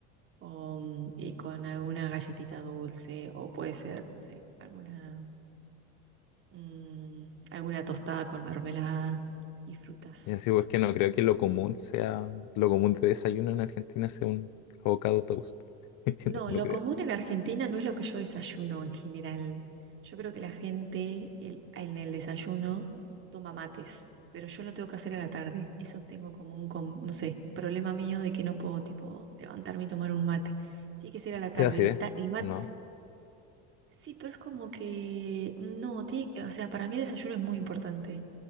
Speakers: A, on the right (about 35°); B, on the left (about 60°).
A: o, mm, y con alguna galletita dulce o puede ser, no sé, alguna, mm, alguna tostada con mermelada y frutas.
B: Y así, porque no creo que lo común sea, lo común de desayuno en Argentina sea un avocado toast. <laughs>
A: No,
B: No, no
A: lo
B: creo.
A: común en Argentina no es lo que yo desayuno en general. Yo creo que la gente el- en el desayuno toma mates, pero yo lo tengo que hacer a la tarde. Eso tengo como un, com- no sé, problema mío de que no puedo, tipo, levantarme y tomar un mate. Tiene que ser a la tarde.
B: ¿Te da acidez?
A: El, ta- el mate,
B: ¿O no?
A: sí, pero es como que, no, tiene- o sea, para mí el desayuno es muy importante.